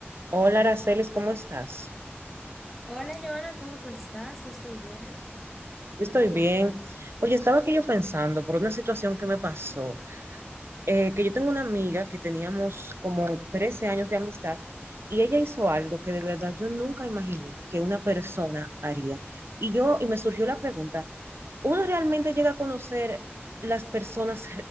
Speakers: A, on the right; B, in the centre.
A: Hola, Aracelis, ¿cómo estás?
B: Hola, Joana, ¿cómo tú estás? Yo estoy bien.
A: Yo estoy bien. Oye, estaba aquí yo pensando por una situación que me pasó, eh, que yo tengo una amiga que teníamos como 13 años de amistad y ella hizo algo que de verdad yo nunca imaginé que una persona haría. Y yo, y me surgió la pregunta, ¿uno realmente llega a conocer las personas